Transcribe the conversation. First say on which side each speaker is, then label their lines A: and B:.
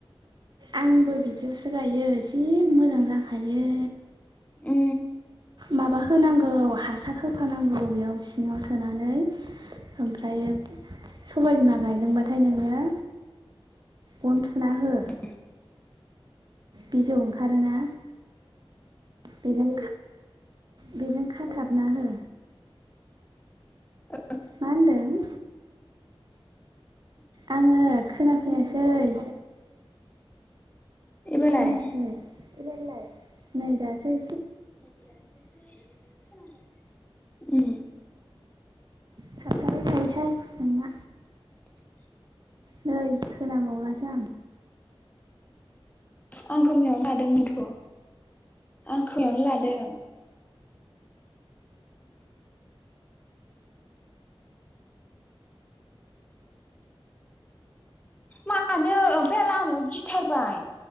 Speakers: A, on the right; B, on the left.
A: आंबो बिदि बेयावसो गायो जि मोजां जाखायो
B: उ
A: माबा होनांगौ हासार होफानांगौ बेयाव सिङाव सोनानै ओमफ्रायो सबाय बिमा गायदोंबाथाय नोङो गन थुना हो
B: <inaudible>
A: बिजौ ओंखारोना बेजों बेजों खाथाबना हो
B: औ
A: मा होनदों आङो खोनाफैयासै
B: एबारलाय
A: खोनायाखै बेलाय नै दासै
B: नै दा से खोनादों उ
A: थाबथाबाय थायोहाय नोंना
B: ।
A: नै खोनाबावलासो आं।
B: आं खोमायावनो लादोंमोनथ' आं खोमायावनो लादों। मानो ओमफाय आं लामायाव गिथारबाय।